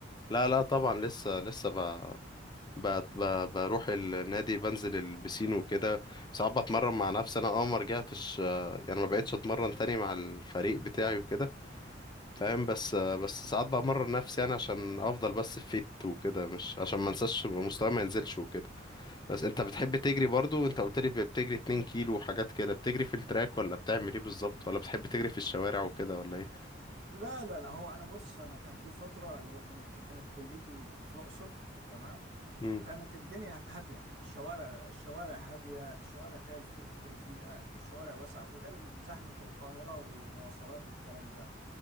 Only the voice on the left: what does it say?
لا لا طبعا لسه لسه ب... ب... ب... بروح النادي بنزل البسين وكده ساعات بتمرن مع نفسي أنا اه ما رجعتش آه، يعني ما بقتش أتمرن تاني مع الفريق بتاعي وكده فاهم بس آه، بس ساعات بمرن نفسي يعني عشان أفضل بس فيت وكده مش عشان ما انساش مستواي ما ينزلش وكده بس انت بتحب تجري برضو انت قلت لي بتجري 2 كيلو وحاجات كده بتجري في التراك ولا بتعمل ايه بالظبط ولا بتحب تجري في الشوارع وكده ولا ايه
مم.